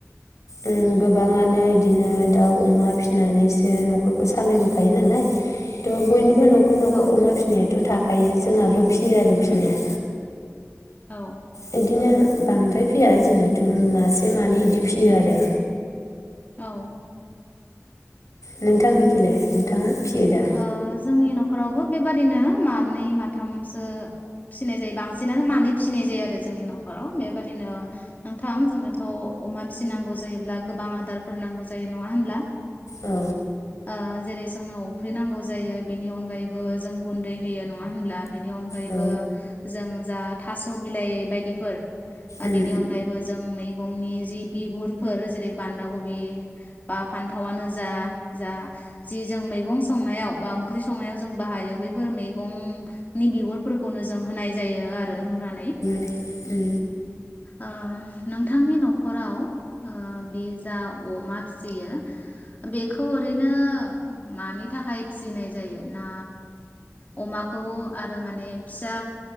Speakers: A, on the left; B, on the left.
A: उम गोबाङानो बिदिनो दाउ अमा फिनानैसो न'खरखौ सालायबोखायो नालाय थ' बयनिबो न'खर न'ख न'खर
B: औ
A: अमा फिसिनायाथ' थाखा थफायो जोंहाबो फिसियो आरो फिसिनाया
B: औ
A: बिदिनो बांद्राय फिया जेनथ' मासे मानै बिदि फियो आरो
B: औ
A: नोंथांनिखिले नोंथाङा? फियो दा
B: ओ जोंनि न'खर न'खरावबो बेबादिनो मानै माथामसो फिसिनाय जायो बांसिनानो मानै फिसिनाय जायो आरो जोंनि न'खराव बे बेबादिनो नोंथां जोंनो थ' अमा फिसिनांगौ जायोब्ला गोबां आदारफोर नांगौ जायो नङा होनब्ला
A: औ
B: आ जेरै जोंनाव फुख्रिनांगौ जायो बेनि अनगायैबो जों गुन्दै होयो न नङा होनब्ला बेनि अनगायैबो
A: औ
B: जों जा थास' बिलाइ बायदिफोर आरो
A: उम
B: बेनि अनगायैबो जों मैगंनि जि बिगुरफोर बान्दा कबि बा फान्थावानो जा जा जि जों मैगं सनायाव बा ओंख्रि संनायाव जों बाहायो बै मैगंनि बिगुरफोरखौनो जों होनाय जायो आरो रुनानै
A: उम
B: अ नोंथांनि न'खराव आ बे जा अमा फिसियो बेखौ ओरैनो अ मानि थाखाय फिसिनाय जायो ना अमाखौ आरो माने फिसा